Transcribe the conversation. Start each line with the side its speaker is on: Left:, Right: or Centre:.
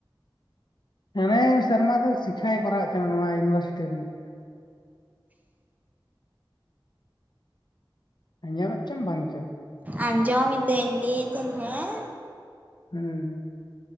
Left: ᱮᱱᱮ ᱥᱮᱨᱢᱟ ᱫᱚ ᱥᱤᱠᱷᱟᱭ ᱠᱚᱨᱟᱣ ᱮᱫ ᱛᱟᱦᱮᱱᱟ ᱱᱚᱣᱟ ᱤᱭᱩᱱᱤᱵᱷᱟᱨᱥᱤᱴᱤ ᱨᱤᱱᱤᱡ᱾ ᱟᱸᱡᱚᱢᱮᱜ ᱪᱚᱢ ᱵᱟᱝ ᱪᱚ?
Right: ᱟᱸᱡᱚ ᱢᱤᱫᱟᱹᱧ ᱞᱟᱹᱭ ᱫᱟᱹᱧ ᱦᱮᱸ᱾
Left: ᱦᱩᱸ